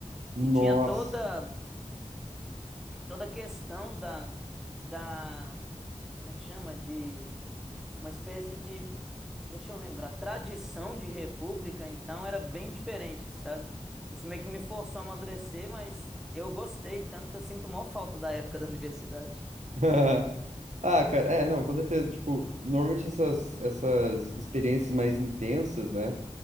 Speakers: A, on the right; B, in the centre.
A: Nossa.
B: E tinha toda, toda a questão da, da, como é que chama? De uma espécie de, deixa eu lembrar, tradição de república, então era bem diferente, sabe? Isso meio que me forçou a amadurecer, mas eu gostei, tanto que eu sinto maior falta da época da universidade.
A: <laughs> Ah, cara, é, não, com certeza. Tipo, normalmente essas, essas experiências mais intensas, né?